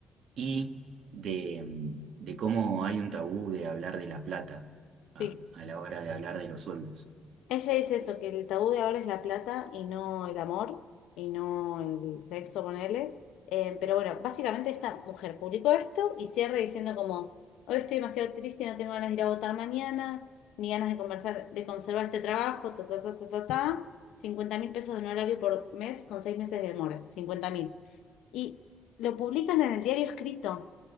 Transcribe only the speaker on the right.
y de, mm, de cómo hay un tabú de hablar de la plata a
a la hora de hablar de los sueldos.